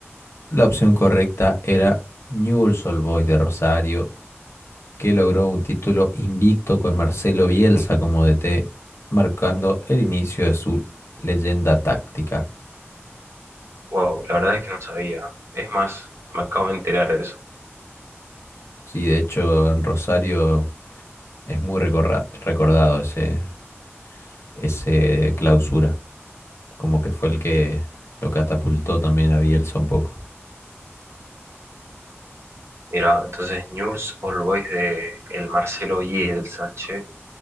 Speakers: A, on the left; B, on the right.
A: la opción correcta era Newell's Old Boys de Rosario, que logró un título invicto con Marcelo Bielsa como DT, marcando el inicio de su leyenda táctica.
B: Wow, la verdad es que no sabía. Es más, me acabo de enterar de eso.
A: Sí, de hecho, en Rosario es muy recorra- recordado ese, ese clausura. Como que fue el que lo catapultó también a Bielsa un poco.
B: Mira, entonces Newell's Old Boys de el Marcelo Bielsa, che,